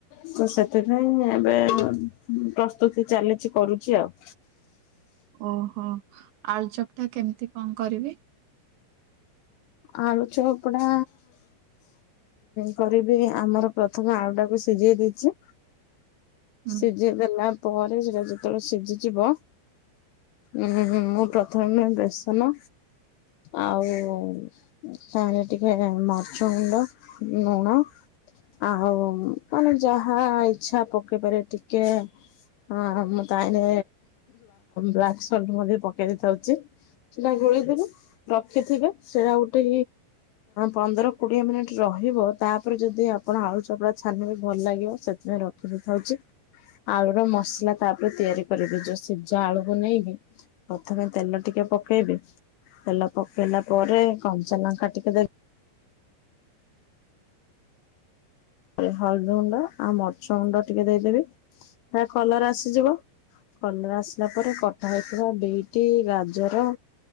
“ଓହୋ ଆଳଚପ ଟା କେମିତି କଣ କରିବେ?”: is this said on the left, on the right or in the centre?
Right